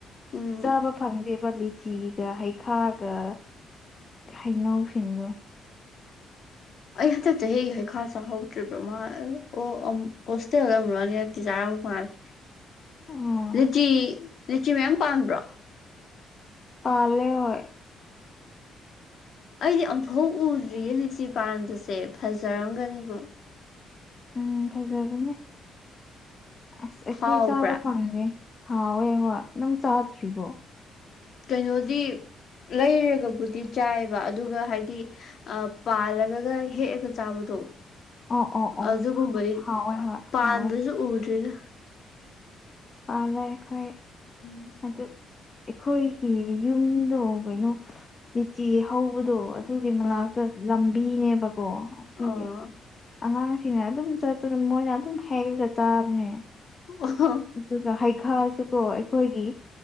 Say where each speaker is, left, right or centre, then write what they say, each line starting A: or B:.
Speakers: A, on the left; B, on the left.
A: ꯎꯝ
B: ꯆꯥꯕ ꯐꯪꯗꯦꯕ ꯂꯤꯆꯤꯒ ꯍꯩꯈꯥꯒ ꯍꯩꯅꯧꯁꯤꯡꯗꯣ
A: ꯑꯩ ꯍꯟꯗꯛ ꯆꯍꯤꯒꯤ ꯍꯩꯈꯥ ꯆꯥꯍꯧꯗ꯭ꯔꯤꯕ ꯃꯥꯜꯂꯦ ꯑꯣ ꯍꯣꯁꯇꯦꯜꯗ ꯑꯃꯨꯔꯛ ꯑꯅꯤꯔꯛꯇꯤ ꯆꯥꯔ ꯃꯥꯜꯂꯦ
B: <unintelligible> ꯑꯣ
A: ꯂꯤꯆꯤ ꯂꯤꯆꯤ ꯃꯌꯥꯝ ꯄꯥꯟꯕꯥ꯭ꯔꯣ
B: ꯄꯥꯜꯂꯦ ꯍꯣꯏ
A: ꯑꯩꯗꯤ ꯑꯃꯨꯛꯐꯥꯎ ꯎꯗ꯭ꯔꯤꯌꯦ ꯂꯤꯆꯤ ꯄꯥꯟꯕꯁꯦ ꯐꯖꯔꯝꯒꯅꯦꯉꯨ
B: ꯎꯝ ꯐꯖꯕꯅꯦ ꯑꯁ ꯑꯩꯈꯣꯏ
A: ꯍꯥꯎꯕ꯭ꯔꯥ
B: ꯆꯥꯕ ꯐꯪꯉꯦ ꯍꯥꯎꯋꯦ ꯍꯣꯏ ꯅꯪ ꯆꯥꯗ꯭ꯔꯤꯕꯣ
A: ꯀꯩꯅꯣꯗꯤ ꯂꯩꯔꯒꯕꯨꯗꯤ ꯆꯥꯏꯑꯕ ꯑꯗꯨꯒ ꯍꯥꯏꯗꯤ ꯑ ꯄꯥꯜꯂꯒꯒ ꯍꯦꯛꯑꯒ ꯆꯥꯕꯗꯣ
B: ꯑꯣ ꯑꯣ ꯑꯣ
A: ꯑꯗꯨꯒꯨꯝꯕꯩ
B: ꯍꯥꯎꯋꯦ ꯍꯣꯏ
A: ꯄꯥꯟꯕꯖꯨ
B: ꯍꯥꯎꯋꯦ
A: ꯎꯗ꯭ꯔꯤꯗ
B: ꯄꯥꯜꯂꯦ ꯑꯩꯈꯣꯏ
A: ꯎꯝ
B: ꯑꯗꯨ ꯑꯩꯈꯣꯏꯒꯤ ꯌꯨꯝꯗꯣ ꯀꯩꯅꯣ ꯂꯤꯆꯤ ꯍꯧꯕꯗꯣ ꯑꯗꯨꯒꯤ ꯃꯅꯥꯛꯇ
A: ꯑꯥ
B: ꯂꯝꯕꯤꯅꯦꯕꯀꯣ ꯑꯗꯨꯒꯤ
A: ꯑꯥ
B: ꯑꯉꯥꯡꯁꯤꯡꯅ ꯑꯗꯨꯝ ꯆꯠꯄꯗ ꯃꯣꯏꯅ ꯑꯗꯨꯝ ꯍꯦꯛꯂꯒ ꯆꯥꯕꯅꯦ
A: <unintelligible>
B: ꯑꯗꯨꯒ ꯍꯩꯈꯥꯁꯨꯀꯣ ꯑꯩꯈꯣꯏꯒꯤ